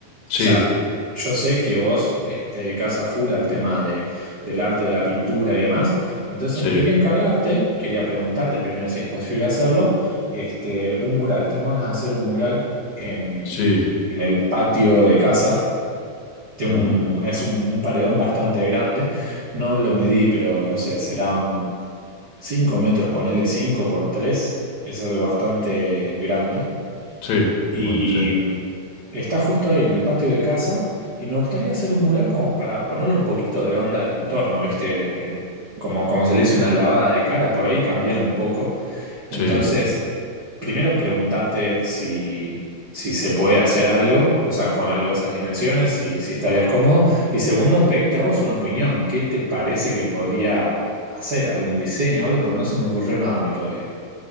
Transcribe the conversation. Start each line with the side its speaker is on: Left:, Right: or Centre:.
Left: Sí,
Right: O sea, yo sé que vos eh, te dedicás a full al tema de, del arte, de la pintura y demás. Entonces
Left: sí,
Right: quería encargarte, quería preguntarte primero si es posible hacerlo, este, un mural. Tengo ganas de hacer un mural en,
Left: sí,
Right: en el patio de casa Tengo
Left: ujú,
Right: un, es un, un paredón bastante grande. No lo medí, pero no sé, serán 5 metros, ponele cinco por tres Es algo bastante grande.
Left: sí,
Right: Y
Left: bueno, sí,
Right: está justo ahí en el patio de casa. Y me gustaría hacer un mural como para ponerle un poquito de onda al entorno, ¿viste? Como, como se le hizo una lavada de cara por ahí, cambiar un poco. Entonces.
Left: sí.
Right: Primero preguntarte si, si se puede hacer algo, o sea, con algo de esas dimensiones, si, si estarías cómodo. Y segundo, pedirte a vos una opinión. ¿Qué te parece que podría hacer? ¿Algún diseño o algo? Porque no se me ocurrió nada a mí todavía.